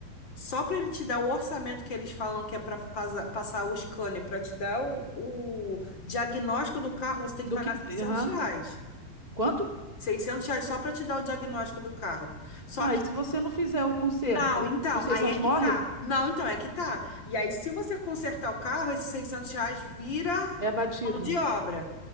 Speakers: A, on the left (about 30°); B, on the right (about 45°).
A: só para ele te dar o orçamento que eles falam que é para passar o scanner, para te dar o, o diagnóstico do carro, você tem
B: Do
A: que pagar
B: que,
A: seiscentos
B: aham.
A: reais.
B: Quanto?
A: seiscentos reais só para te dar o diagnóstico do carro. Só
B: Tá,
A: que,
B: e se você não fizer o conserto,
A: não, então,
B: os 600
A: aí é que
B: morre?
A: tá. Não, então, é que tá. E aí, se você consertar o carro, esses 600 reais vira
B: É abatido.
A: mão de obra.